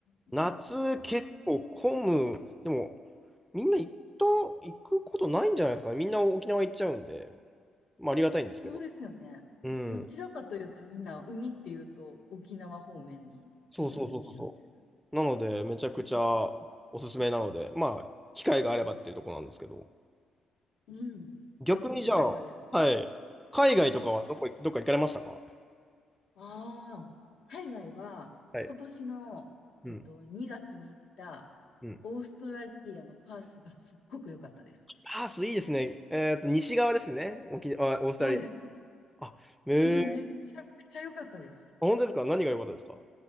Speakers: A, on the left; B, in the centre.
A: うん
B: 夏結構混む。でも、みんな行った、行くことないんじゃないですかね。みんな沖縄行っちゃうんで、まあありがたいんですけど。
A: そうですよね。
B: うん。
A: どちらかというとみんな海っていうと沖縄方面に行ってる気がする。
B: そうそうそうそうそう。なので、めちゃくちゃおすすめなので、まあ、機会があればっていうところなんですけど。
A: うん。
B: 逆にじゃあ、
A: ちょっと機会があれば。
B: はい。海外とかはどこ、どっか行かれましたか
A: ああ、海外は今年の、
B: はい。うん。
A: えっと、2月に行った
B: うん
A: オーストラリアのパースがすっごく良かったです。
B: パースいいですね。えーっと、西側ですね。沖、あ、オーストラリア。
A: そうです。
B: あ、えー、
A: うん、めちゃくちゃ良かったです。
B: あ本当ですか何が良かったですか